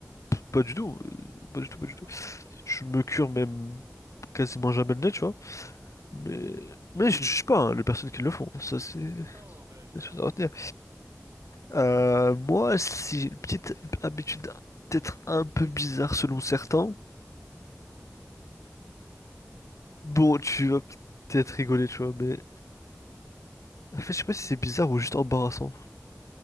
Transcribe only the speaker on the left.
pas du tout, euh, pas du tout, pas du
tout. Je me cure même quasiment jamais le nez, tu vois. Mais,
mais je ne juge pas hein, les personnes qui le font. Ça, c'est.
des
choses à retenir. Euh, moi, si j'ai une petite habitude peut-être un peu bizarre selon certains,
bon, tu vas peut-être rigoler, tu vois, mais en fait, je sais pas si c'est bizarre ou juste embarrassant.